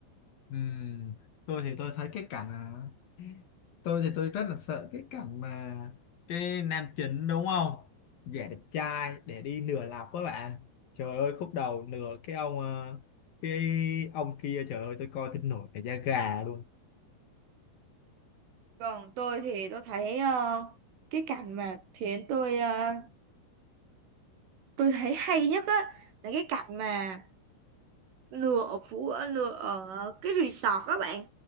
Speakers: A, on the left; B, on the right.
A: Ừm, tôi thì tôi thấy cái cảnh à, tôi thì tôi rất là sợ cái cảnh mà cái nam chính đúng không giả đẹp trai để đi nửa lọc các bạn trời ơi khúc đầu nửa cái ông ờ, cái ông kia trời ơi tôi coi tôi nổi cả da gà luôn
B: Còn tôi thì tôi thấy ờ, cái cảnh mà khiến tôi ờ, tôi thấy hay nhất á là cái cảnh mà lừa ở phú ở lừa ở cái resort các bạn